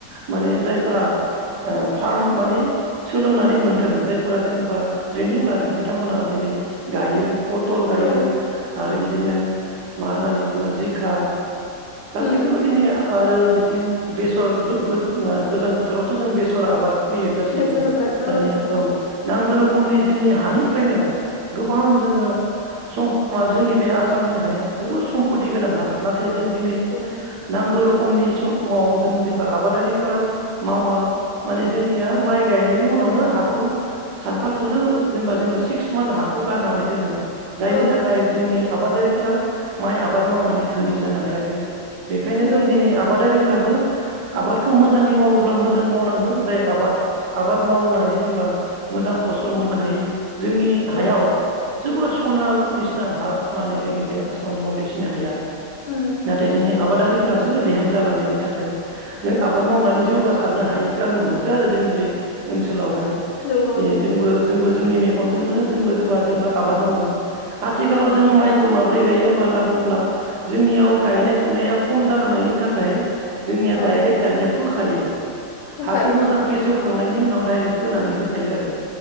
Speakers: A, on the right; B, on the left.
A: माने जायफ्रा ओ फार्म माने सोलोंनानै मोनदों जायफोरा जेनेबा ट्रेनिं लादों बिथांमोनहा दिनै गायो पथल गायो
B: औ
A: आरो बिद बिदिनो मा होननानै बुङो जिखा गासैखौबो
B: उम उम
A: दिनै आरो बिथिं बेसर गोगोथ नुया गोजां बोथोरावथ' जों बेसर आबाद फैयो गासैबो
B: बेसर आबाद
A: दानिया
B: औ
A: औ नांगौ रोखोमनि जोंनि हानिफ्रायनो गोबां जोङो सम आ जोंनि बे आसामनि हाया जोबोर सम्पति गोनां हा नाथा य जों दिनै
B: औ
A: नांगौ रोखो खोमनि समाव जों जेनेबा आबादारिफोरा मावा माने जोंनिया माइ गायनायनि उनावनो हाखौ सानफा थोलो जेनेबा जेनेबा सिक्स मान्थ हाखौ गारनानै दोनो जायनि
B: औ
A: थाखाय जोंनि आबादारिफ्रा माइ आबाद मावनानै धोनि जानो हायाखै। बेखायनो
B: नंगौ
A: जों दिनै आबादारिफ्राबो आबादखौ मोजाङै मावोब्ला मोजां मावनांगोन जाय आबाद आबाद मावनानै जेनेबा मोजां फसल मोननो हायो। जोंनि हायाव
B: औ
A: जोबोद सना निसना हा माने जोंनि बे आसाम नर्थ इस्टनि हाया।
B: उम
A: नाथाय जोंनि आबादारिफोरासो लेहेम जालांनायनि थाखाय जों आबाद मावनानै जौगासारनो हायिखौ आं नुहुरदों आरो जोंनि बे ओनसोलावहाय।
B: नंगौ
A: दिनै
B: नंगौ
A: जोंबो जोंबो जोंनि मेगनजोंनो जोंबो जेनेबा जोंबो आबाद मावो। आथिखालाव
B: औ
A: जों माइखौ माबा बोरै गायो होमबला बुङोब्ला जोंनियाव गायनाय फुनाया खम जालांनायनि थाखाय जोंनिया
B: औ
A: दाइरेक्ट दानिया फोखायो
B: होखायो
A: हाखौ मोजां फेसेवखांनायनि उनाव दाइरेक्ट फोनानै होखायो आरो